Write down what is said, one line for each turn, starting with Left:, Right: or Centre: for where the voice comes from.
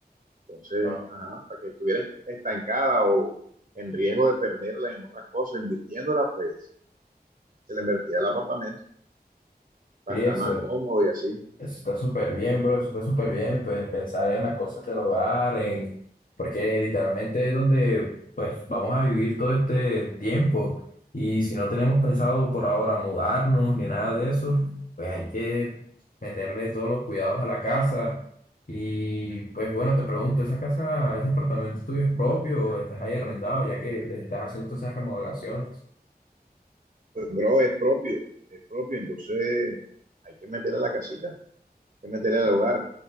Right: Entonces,
Left: Ah,
Right: ajá, para que estuviera estancada o en riesgo de perderla en otras cosas, invirtiéndola, pues se la invertía al apartamento para
Left: Sí, eso.
Right: estar más cómodo y así.
Left: Eso está súper bien, bro, eso está súper bien, pues, pensar en las cosas del hogar, en porque literalmente es donde pues vamos a vivir todo este tiempo y si no tenemos pensado por ahora mudarnos ni nada de eso, pues hay que meterle todos los cuidados a la casa y pues bueno, te pregunto, ¿esa casa, ese apartamento tuyo es propio o estás ahí arrendado ya que le estás haciendo todas esas remodelaciones?
Right: Bro, es propio, es propio, entonces hay que meterle a la casita, hay que meterle al hogar.